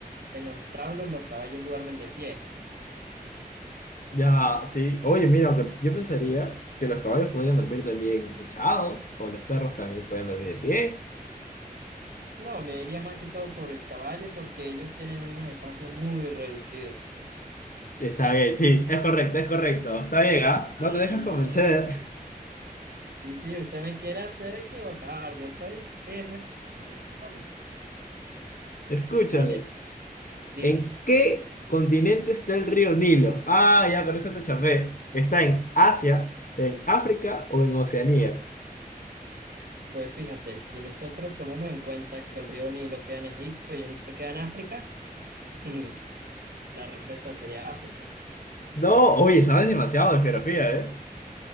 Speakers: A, on the right; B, on the left.
A: en los establos los caballos duermen de pie.
B: Ya, sí. Oye, mira, aunque yo pensaría que los caballos podían dormir también echados o los perros también pueden dormir de pie.
A: No, me iría más que todo por el caballo porque ellos tienen unos espacios muy reducidos.
B: Está bien, sí, es correcto, es correcto. Está bien, ¿ah?
A: Ah,
B: No te dejas convencer.
A: Y sí, usted me quiere hacer equivocar, yo soy firme. Bueno,
B: <laughs> Escúchame,
A: Vale, dime.
B: ¿en qué continente está el río Nilo? Ah, ya, con eso te chafé. ¿Está en Asia, en África o en Oceanía?
A: Pues fíjate, si nosotros tomamos en cuenta que el río Nilo queda en Egipto y Egipto queda en África, <clears throat> <laughs> la respuesta sería África.
B: No, oye, sabes demasiado de geografía, ¿eh?